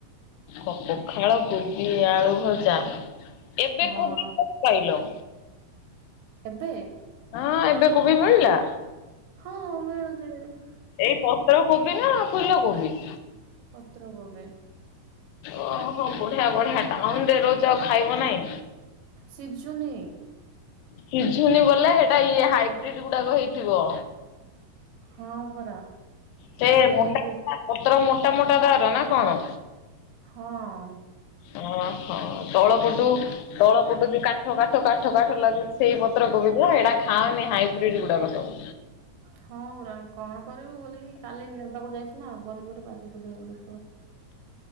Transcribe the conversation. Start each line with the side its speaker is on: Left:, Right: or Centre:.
Left: ପଖାଳ କୋବି ଆଳୁ ଭଜା। ଏବେ
Right: ହଁ
Left: କୋବି ପାଇଲ
Right: ଏବେ
Left: ହଁ ଏବେ କୋବି ମିଳଲା?
Right: ହଁ ମିଳୁଛି ଏବେବି।
Left: ଏଇ ପତ୍ର କୋବି ନା ଫୁଲ କୋବି?
Right: ପତ୍ର କୋବି।
Left: ଓହୋ ବଢିଆ ବଢିଆ ଟାଉନ ରେ ରହୁଛ ଆଉ ଖାଇବ ନାଇଁ।
Right: ଶିଝୁନି।
Left: ଶିଝୁନି ବଲେ ସେଇଟା ଇଏ ହାଇବ୍ରିଡ ଗୁଡାକ ହେଇଥିବ।
Right: ହଁ ପରା।
Left: ସେ <unintelligible>
Right: ଲେଟ୍ ରେ
Left: ପତ୍ର ମୋଟା ମୋଟା ତର ନା କଣ?
Right: ହଁ।
Left: ଅ ହଃ ତଳ ପଟୁ ତଳ ପଟୁ କାଠ କାଠ କାଠ କାଠ ଲାଗୁଚି ସେଇ ପତ୍ର କୋବିଧା ଏଇଟା ଖାଆନି ହାଇବ୍ରିଡ ଗୁଡାକ ସବୁ।
Right: ହଁ ପରା କଣ କରିବୁ ବୋଲିକି କାଲି ନେବାକୁ ଯାଇଥିଲନା ପନିପରିବା ସେଇଠି ଧରିବୁ।